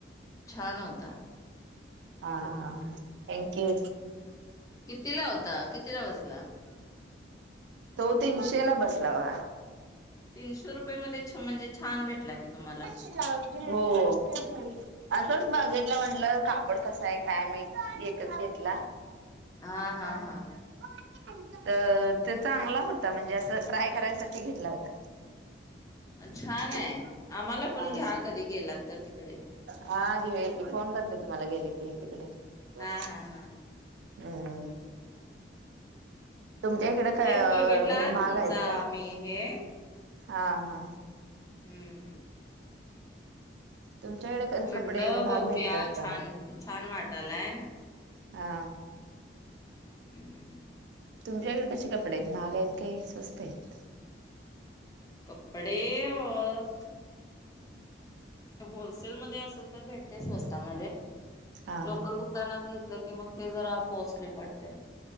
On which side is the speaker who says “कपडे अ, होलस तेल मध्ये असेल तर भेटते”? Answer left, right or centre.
Left